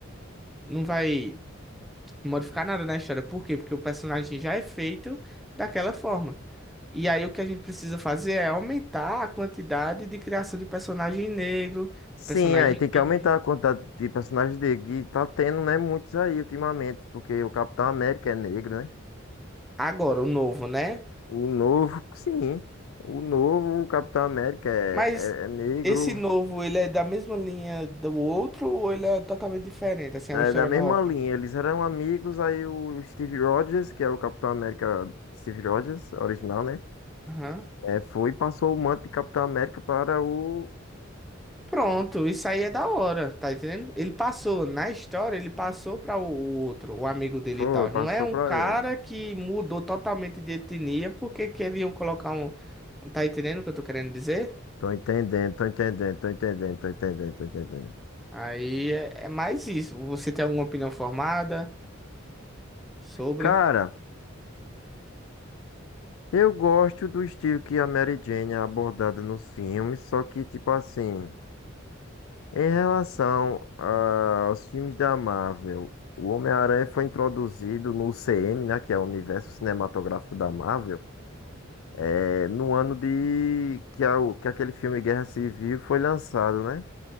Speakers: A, in the centre; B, on the left (about 75°).
A: não vai modificar nada na história. Por quê? Porque o personagem já é feito daquela forma. E aí o que a gente precisa fazer é aumentar a quantidade de criação de personagem negro,
B: Sim,
A: de personagem
B: aí tem que
A: gay.
B: aumentar a quantidade de personagens negros. E tá tendo, né, muitos aí ultimamente, porque o Capitão América é negro, né?
A: Agora, o novo, né?
B: O novo, sim. O novo Capitão América é,
A: Mas
B: é, é negro.
A: esse novo, ele é da mesma linha do outro ou ele é totalmente diferente? Assim,
B: É
A: é uma história
B: da mesma
A: nova?
B: linha. Eles eram amigos, aí o Steve Rogers, que é o Capitão América Steve Rogers, original, né?
A: Aham.
B: É, foi e passou o manto de Capitão América para o.
A: Pronto, isso aí é da hora, tá entendendo? Ele passou, na história, ele passou para o o outro, o amigo dele
B: Foi,
A: e tal.
B: passou
A: Não é um
B: para
A: cara
B: ele.
A: que mudou totalmente de etnia porque queriam colocar um. um, Tá entendendo o que eu tô querendo dizer?
B: Tô entendendo, tô entendendo, tô entendendo, tô entendendo, tô entendendo.
A: Aí é, é mais isso. Você tem alguma opinião formada sobre?
B: Cara, eu gosto do estilo que a Mary Jane é abordada nos filmes, só que, tipo assim, em relação a- aos filmes da Marvel, o Homem-Aranha foi introduzido no UCM, né, que é o Universo Cinematográfico da Marvel, é, no ano de que, a- que aquele filme Guerra Civil foi lançado, né?